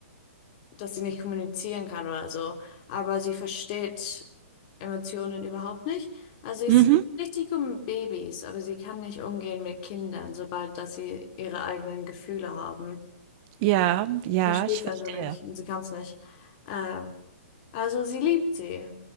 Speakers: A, on the left; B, on the right.
A: dass sie nicht kommunizieren kann oder so. Aber sie versteht Emotionen überhaupt nicht. Also sie ist
B: Mhm.
A: richtig gut mit Babys, aber sie kann nicht umgehen mit Kindern, sobald dass sie ihre eigenen Gefühle haben.
B: Ja, ja,
A: Sie versteht
B: ich
A: es
B: verstehe.
A: einfach nicht und sie kann es nicht. Ähm, also sie liebt sie